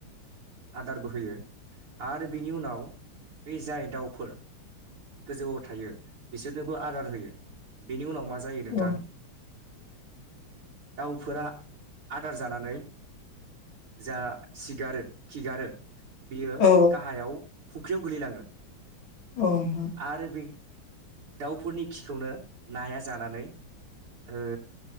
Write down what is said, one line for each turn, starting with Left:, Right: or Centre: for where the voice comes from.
Right: आदारबो होयो आरो बिनि उनाव बे जाय दाउफोर गोजौआव थायो बिसोरनोबो आदार होयो बेनि उनाव मा जायो नोंथां
Left: औ
Right: दाउफोरा आदार जानानै जा सिगारो खिगारो बियो
Left: औ
Right: गाहायाव फुख्रियाव गोलैलाङो
Left: औ नोंथां।
Right: आरो बि दाउफोरनि खिखौनो नाया जानानै ओ